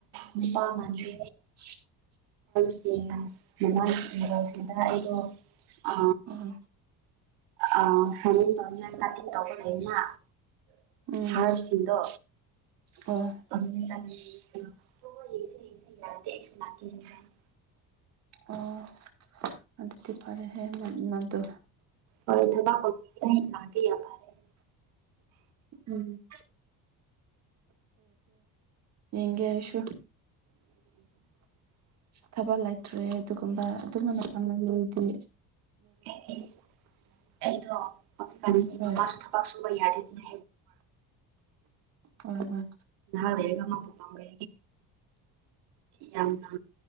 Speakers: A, on the right; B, on the right.
A: ꯅꯨꯄꯥꯃꯥꯡꯒꯤ
B: <unintelligible>
A: ꯁꯤ ꯃꯃꯥꯡꯁꯤꯗ ꯑꯩꯗꯣ ꯑ
B: ꯑꯣ
A: ꯑ ꯇꯧꯕ ꯂꯩꯩꯅ
B: ꯎꯝ
A: ꯍꯥꯔꯁꯤꯡꯗꯣ
B: ꯑꯣ
A: ꯎꯁ ꯌꯥ ꯂꯥꯛ
B: ꯑꯣ ꯑꯗꯨ ꯑꯗꯨꯗꯤ ꯐꯔꯦ ꯍꯦꯅꯗꯨ
A: ꯑꯣꯏꯗꯕ ꯑꯣ ꯂꯕꯤ ꯌꯥ ꯄꯔꯦ
B: ꯎꯝ ꯗꯤ ꯌꯦꯒꯦꯁꯨ
A: <inaudible>
B: ꯊꯥꯕ ꯂꯩꯇ꯭ꯔꯦ ꯑꯗꯨꯒꯨꯝꯕ ꯑꯗꯨꯝꯕꯅ ꯐꯪꯕ ꯂꯩꯗꯤ
A: ꯑꯦ ꯑꯩꯗꯣꯣ
B: ꯍꯣꯏ
A: ꯃꯃꯥꯁꯨ ꯊꯕꯛ ꯁꯨꯕ ꯌꯥꯗꯦꯗꯅ
B: ꯍꯣꯏ ꯍꯣꯏ
A: ꯍꯥꯏ <unintelligible> ꯃꯄꯥꯝꯕꯦ ꯌꯥꯝꯅ